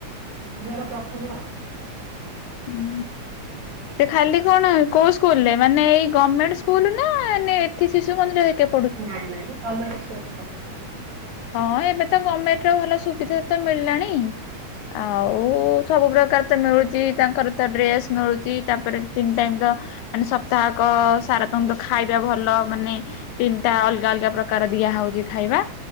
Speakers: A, on the right (about 75°); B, on the left (about 85°).
A: ଝିଆ ପ୍ରଥମ ଆଉ।
B: ହୁଁ ସେ ଖାଲି କଣ କୋଉ ସ୍କୁଲରେ ମାନେ ଏଇ ଗଭର୍ଣ୍ଣମେଣ୍ଟ ସ୍କୁଲ ନା ଏଠି ଶିଶୁ ମନ୍ଦିର କେ
A: ନାଇଁ ନାଇଁ ଗମେଣ୍ଟ ସ୍କୁଲରେ ପଢୁଛି ଆଉ
B: ହଁ ଏବେ ତ ଗଭର୍ଣମେଣ୍ଟ ର ଭଲ ସୁବିଧା ତ ମିଳିଲାଣି ଆଉ ସବୁ ପ୍ରକାର ତ ମିଳୁଚି ତାଙ୍କର ତ ଡ୍ରେସ୍ ମିଳୁଚି ତାପରେ ତିନି ଟାଇମତ ମାନେ ସପ୍ତାହକ ସାରା ତନ୍ତ ଖାଇବା ଭଲ ମାନେ ତିନିଟା ଅଲଗା ଅଲଗା ପ୍ରକାର ଦିଆ ହଉଚି ଖାଇବା।